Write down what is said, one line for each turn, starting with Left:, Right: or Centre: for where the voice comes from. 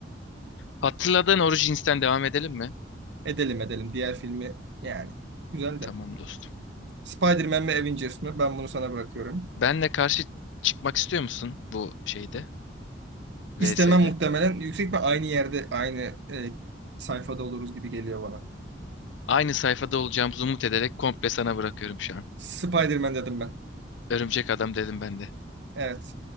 Left: Hatırladığın Origins'ten devam edelim mi?
Right: Edelim edelim. Diğer filmi yani. Güzel de.
Left: Tamam dostum.
Right: Spider-Man mi Avengers mi? Ben bunu sana bırakıyorum.
Left: Benle karşı çıkmak istiyor musun bu şeyde?
Right: İstemem
Left: VS'de.
Right: muhtemelen. Yüksek ve aynı yerde, aynı e, sayfada oluruz gibi geliyor bana.
Left: Aynı sayfada olacağımızı umut ederek komple sana bırakıyorum şu an.
Right: Spider-Man dedim ben.
Left: Örümcek adam dedim ben de.
Right: Evet.